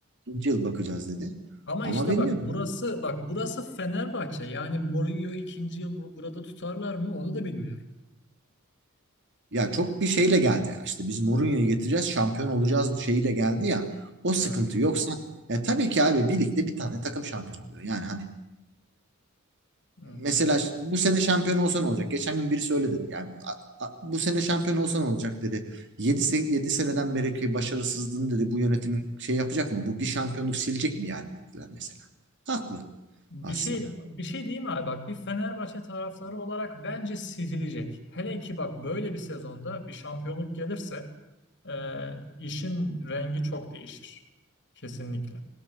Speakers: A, on the right; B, on the left.
A: İkinci yıl bakacağız dedi.
B: Ama
A: Ama
B: işte
A: bilmiyorum.
B: bak burası bak burası Fenerbahçe. Yani Mourinho ikinci yıl bu- burada tutarlar mı onu da bilmiyorum.
A: Ya çok bir şeyle geldi. İşte biz Mourinho'yu getireceğiz, şampiyon olacağız şeyiyle geldi ya. O sıkıntı
B: Evet.
A: yoksa ya tabii ki abi birlikte bir tane takım şampiyon oluyor. Yani hani
B: Evet.
A: mesela bu sene şampiyon olsa ne olacak? Geçen gün birisi öyle dedi. Yani a- a- bu sene şampiyon olsa ne olacak dedi. 7 7 seneden beri ki başarısızlığını dedi bu yönetimin şey yapacak mı? Bu bir şampiyonluk silecek mi yani dediler mesela. Haklı
B: Bir
A: aslında.
B: şey bir şey diyeyim abi bak bir Fenerbahçe taraftarı olarak bence sizilecek. Hele ki bak böyle bir sezonda bir şampiyonluk gelirse e, işin rengi çok değişir. Kesinlikle.